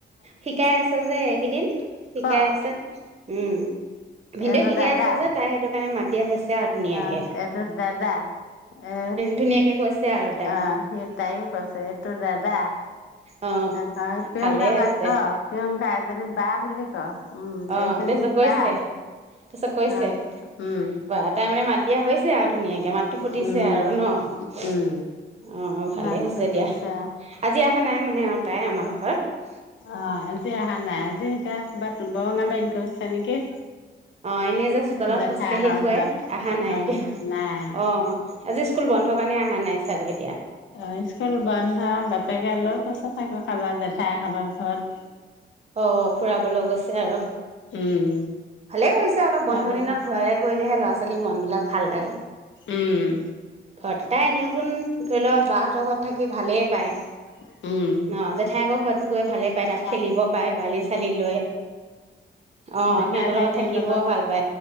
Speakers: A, on the right; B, on the left.
A: শিকাই আছে যে এইকেইদিন শিকাই
B: ক
A: আছে, উম ভিনদেউ
B: এইটো
A: শিকাই
B: দাদা
A: আছে যে তাই সেইটো কাৰণ ৰণে মাত দিয়া হৈছে আৰু ধুনীয়াকে
B: অ এইটো দাদা, এ
A: ধুনীয়াকে কৈছে আৰু তাই
B: অ সি তাইও কৈছে এইটো দাদা।
A: অ
B: প্ৰিয়ংকা
A: ভালে হৈছে
B: বা'ক ক, প্ৰিয়ংকা এজনি বা বুলি ক। উম
A: অ
B: এইজনী
A: তাৰপিছত কৈছে,
B: বা
A: তাৰপিছত কৈছে
B: অ উম
A: বা তাই মানে মাত দিয়া হৈছে আও ধুনীয়া মাতটো ফুটিছে
B: উম
A: আৰু ন অ',
B: উম
A: ভালেই
B: মাছ
A: হৈছে
B: খুটিছে
A: দিয়া, আজি অহা নাই মানে আৰু তাই আমাৰ হেত <unintelligible>
B: অ', আজি অহা নাই আজি এতিয়া বৰঙাবাৰীত গৈছে নেকি?
A: অ', এনে যে চোতালত
B: জেঠাইহঁতৰ
A: খোজ কাঢ়ি ফুৰে
B: ঘৰত
A: অহা নাই
B: অ
A: এতিয়া
B: নাই
A: অ', আজি স্কুল বন্ধ কাৰণে অহা নাই ছাগৈ
B: অ', স্কুল বন্ধ বাপেকে লৈ গৈছে ছাগৈ কাৰোবাৰ জেঠাইহতৰ ঘৰত
A: অ ফুৰাব লৈ গৈছে আৰু
B: উম
A: ভালে কৰিছে অলপ
B: খোৱা
A: বন্ধ
B: বুলি
A: দিনত
B: কৈছে
A: ঘূৰালে কৰিলেহে লৰা ছোৱালী মন বিলাক ভাল লাগে
B: উম
A: ঘৰত তাই নিয়তুন ধৰিল বাহতৰ ঘৰত থাকি ভালেই পায়। ন
B: উম।
A: জেঠায়েকৰ ঘৰত গৈ ভালে পায়
B: এ
A: তাত খেলিব পায় বালি চালি লৈ অ',
B: দেহা
A: সিহঁতৰ
B: দেহা ভাইটি
A: থাকিব
B: লগত
A: ভাল পায়